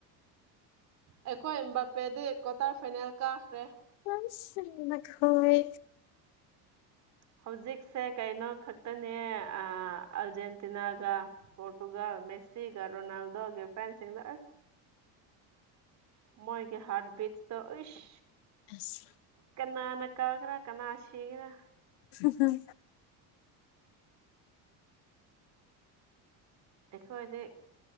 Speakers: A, on the right; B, on the left.
A: ꯑꯩꯈꯣꯏ ꯃꯥꯞꯄꯦꯗꯤ ꯀ꯭ꯋꯥꯇꯔ ꯐꯥꯏꯅꯦꯜ ꯀꯥꯈ꯭ꯔꯦ
B: ꯌꯥꯝ ꯁꯤꯡꯅ ꯀꯥꯎꯌꯦ
A: ꯍꯧꯖꯤꯛꯁꯦ ꯀꯩꯅꯣ ꯈꯛꯇꯅꯦ ꯑꯥ ꯑꯔꯖꯦꯟ ꯇꯤꯅꯥꯒꯥ ꯄꯣꯔꯇꯨꯒꯜ ꯃꯦꯁꯤꯒꯥ ꯔꯣꯅꯥꯜꯗꯣꯒꯤ ꯐꯦꯟꯁꯤꯡꯒ ꯑꯁ ꯃꯣꯏꯒꯤ ꯍꯥꯠꯕꯤꯠꯗꯣ ꯑꯁ
B: ꯑꯁ
A: ꯀꯅꯥꯅ ꯀꯒ꯭ꯔꯦꯔ ꯀꯅꯥꯅ ꯁꯤꯒꯦꯔ
B: ꯎꯝ
A: ꯑꯩꯈꯣꯏꯗꯤ